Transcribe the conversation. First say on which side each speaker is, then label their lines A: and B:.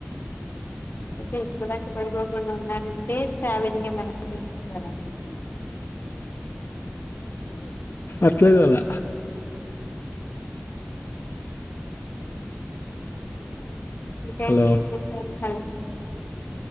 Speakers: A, on the left; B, on the left.
A: <unintelligible> పడికోకుండా ఉన్నారంటే ట్రావెలింగ్ ఏమైనా చేస్తున్నారా మీరు
B: అట్లా కాలే
A: ఇంకేంటి
B: హలో
A: విశేషాలు హలో